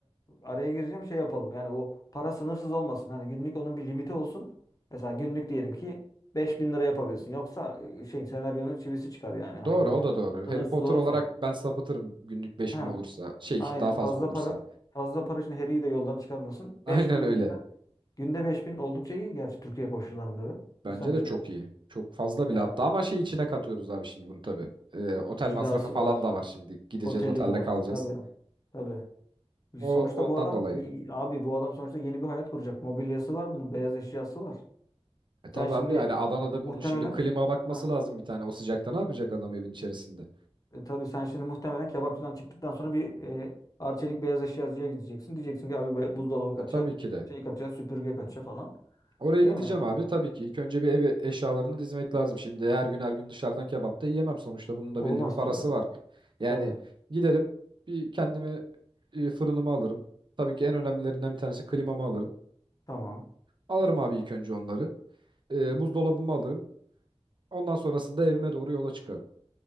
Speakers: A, on the left (about 35°); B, on the right (about 50°).
A: e, araya gireceğim şey yapalım. Yani o para sınırsız olmasın. Hani günlük onun bir limiti olsun. Mesela günlük diyelim ki 5000 lira yapabilirsin. Yoksa e, şey senaryonun çivisi çıkar yani. Hani
B: Doğru
A: günlük
B: o da doğru.
A: sınırsız
B: Harry Potter
A: olursa.
B: olarak ben sapıtırım günlük beş
A: Ha,
B: bin olursa. Şey
A: aynen.
B: daha fazla
A: Fazla
B: olursa.
A: para fazla para için Harry'i de yoldan çıkarmasın.
B: <laughs> Aynen
A: beş bin
B: öyle.
A: günde günde 5000 oldukça iyi gerçi Türkiye koşullarında be.
B: Bence
A: Ne sence?
B: de çok iyi. Çok fazla bile
A: Yani
B: hatta ama şey içine katıyoruz abi şimdi bunu tabii. Ee, otel
A: kirası
B: masrafı falan
A: var,
B: da var şimdi. Gideceğiz
A: oteli
B: otelde
A: var.
B: kalacağız.
A: Tabii. Tabii.
B: O
A: Sonuçta
B: ondan
A: bu adam
B: dolayı.
A: abi bu adam sonuçta yeni bir hayat kuracak. Mobilyası var bunun, beyaz eşyası var.
B: E tabii
A: Sen şimdi
B: abi yani Adana'da
A: muhtemelen
B: bunun şimdi klima bakması
A: ha,
B: lazım bir tane. O sıcakta ne yapacak adam evin içerisinde?
A: e, tabii sen şimdi muhtemelen kebapçıdan çıktıktan sonra bir e, Arçelik beyaz eşyacıya gideceksin. Diyeceksin ki abi be- buzdolabı kaça,
B: E tabii ki de.
A: şey kaça, süpürge kaça falan.
B: Oraya
A: Değil
B: gideceğim
A: mi?
B: abi tabii ki. İlk önce bir ev eşyalarını dizmek lazım. Şimdi her gün her gün dışarıdan kebap da yiyemem sonuçta. Bunun da
A: Olmaz
B: belli bir parası
A: tabii.
B: var. Yani
A: Tabii.
B: giderim bir kendime e, fırınımı alırım. Tabii ki en önemlilerinden bir tanesi klimamı alırım.
A: Tamam.
B: Alırım abi ilk önce onları. E, buzdolabımı alırım. Ondan sonrasında evime doğru yola çıkarım.